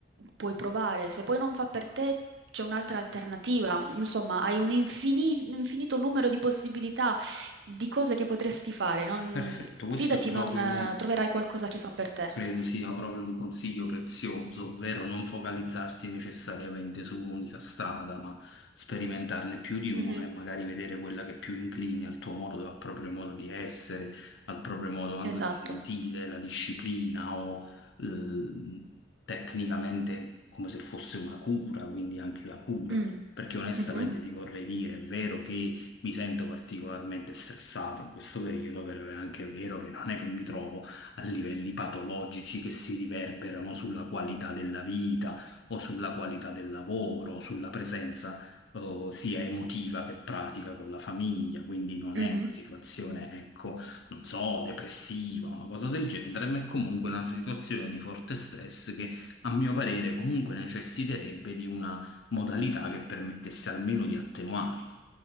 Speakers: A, on the right; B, on the left.
A: puoi provare. Se poi non fa per te, c'è un'altra alternativa. Insomma, hai un infini- un infinito numero di possibilità di cose che potresti fare. Non-
B: Perfetto, questo
A: Fidati,
B: è proprio...
A: non eh, troverai qualcosa che fa per te.
B: Credo sia proprio un consiglio prezioso, ovvero non focalizzarsi necessariamente su un'unica strada, ma sperimentarne più di una
A: Mhm,
B: e magari vedere quella che più inclini al tuo modo, al proprio modo di essere, al proprio modo anche
A: Esatto.
B: di sentire, la disciplina o eh, tecnicamente come se fosse una cura, quindi anche la cura.
A: Mm,
B: Perché onestamente
A: mhm,
B: ti vorrei dire, è vero che mi sento particolarmente stressato in questo periodo, però è anche vero che non è che mi trovo a livelli patologici che si riverberano sulla qualità della vita o sulla qualità del lavoro o sulla presenza eh, sia emotiva che pratica con la famiglia, quindi non
A: mhm.
B: è una situazione, ecco, non so, depressiva, una cosa del genere, ma è comunque una situazione di forte stress che a mio parere comunque necessiterebbe di una modalità che permettesse almeno di attenuarla.